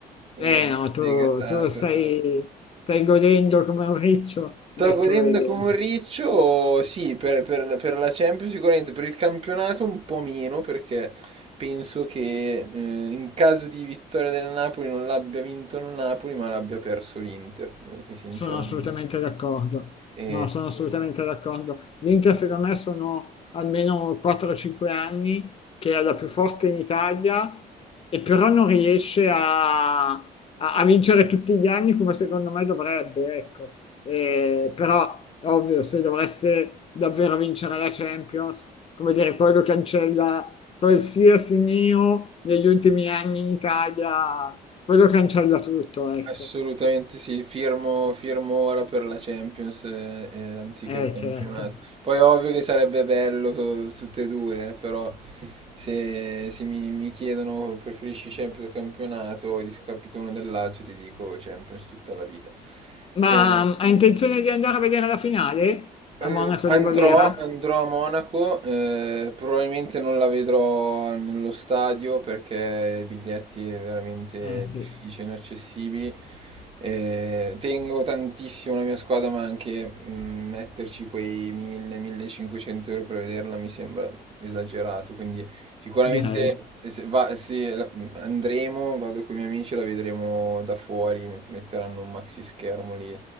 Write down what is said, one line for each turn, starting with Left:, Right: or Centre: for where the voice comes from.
Right: eh,
Left: Eh no,
Right: sfegatato.
Left: tu, tu lo stai, stai godendo come un riccio,
Right: Sto
Left: ecco.
Right: godendo
Left: eh.
Right: come un riccio, sì, per, per- per la Champions sicuramente, per il campionato un po' meno perché penso che eh, in caso di vittoria del Napoli non l'abbia vinto il Napoli ma l'abbia perso l'Inter, sinceramente.
Left: Sono assolutamente d'accordo.
Right: E...
Left: No, sono assolutamente d'accordo. L'Inter, secondo me, sono almeno 4-5 anni che è la più forte in Italia e però non riesce a, a- a vincere tutti gli anni come secondo me dovrebbe, ecco. E, però, ovvio, se dovesse davvero vincere la Champions, come dire, quello cancella qualsiasi neo negli ultimi anni in Italia, quello cancella tutto, ecco.
Right: Assolutamente sì, firmo, firmo ora per la Champions eh, eh, anziché
Left: Eh,
Right: il campionato.
Left: certo.
Right: Poi è ovvio che sarebbe bello eh, tutte e due, eh, però se, se mi, mi chiedono preferisci Champions o campionato o discapito uno dell'altro, ti dico Champions tutta la vita.
Left: Ma
Right: Eh,
Left: ha intenzione di andare a vedere la finale
Right: eh,
Left: a Monaco
Right: andrò,
Left: di Baviera?
Right: andrò a Monaco, eh, probabilmente non la vedrò nello stadio perché i biglietti è veramente
Left: Eh sì,
Right: difficile, inaccessibili. Eh, tengo tantissimo la mia squadra, ma anche mm, metterci quei 1000-1500 euro per vederla mi sembra esagerato. Quindi sicuramente
Left: direi.
Right: se va- se la- andremo, vado con i miei amici, la vedremo da fuori, metteranno un maxi schermo lì